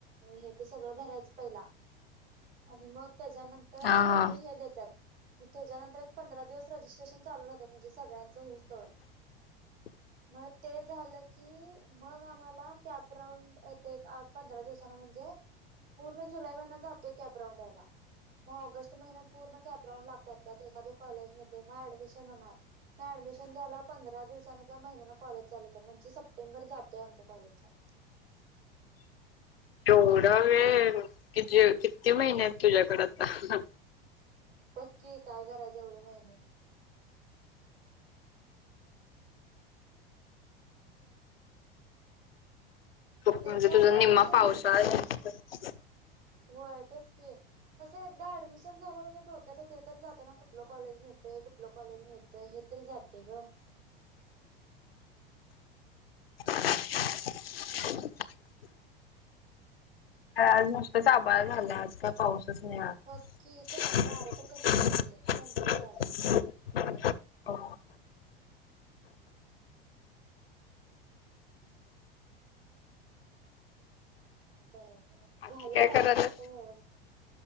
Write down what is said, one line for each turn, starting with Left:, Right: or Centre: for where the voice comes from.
Right: हे ते सगळं भरायचं पहिला आणि मग त्याच्यानंतर
Left: हा हा.
Right: त्यांनी हे देतात. म त्याच्यानंतर एक पंधरा दिवस रजिस्ट्रेशन चालू राहतात म्हणजे सगळ्यांच होऊस तवर
Left: <inaudible>
Right: मग ते झाल की मग आम्हाला कॅपरांड येत पंधरा दिवसांचा म्हणजे पूर्ण जुलै महिना जातो य कॅपराऊंड व्हायला म ऑगस्ट महिन्यात पूर्ण कॅपरांउड लागतात त्यात एखाद कॉलेजमधे म ऍड शन होणार म ऍडमिशन झाल्यावर पंधरा दिवसांनं किंवा महिन्यानं कॉलेज चालू होतात म्हणजे सप्टेंबर जातोयं आमचं कॉलेज चालू आहे.
Left: <inaudible> एवढा वेळ अजुन किती महिने आहेत तुझ्याकडे आता
Right: बघ की काय करायचं एवढे महिने
Left: खूप म्हणजे
Right: एकदा
Left: तुझा
Right: ते
Left: निम्मा
Right: ऍडमिशन
Left: पावसात
Right: होय तेच की असं एकदा ऍडमिशन झालं म्हणजे डोक्यात हो ते तर त्यांना कुठलं कॉलेज मिळतय कुठलं कॉलेज मिळतय हे तरी जातील ग
Left: <inaudible> <inaudible> आज नुसतच आभाळ आलय पाऊस काही नाही
Right: बघ की
Left: <unintelligible>
Right: आणि वारं तर कसले सुटले थंडी वाजाल्या
Left: हो
Right: काय करायचं मग
Left: बाकी
Right: झालं
Left: काय
Right: ऍडमिशन
Left: करायल्यास?
Right: तर व्यवस्थित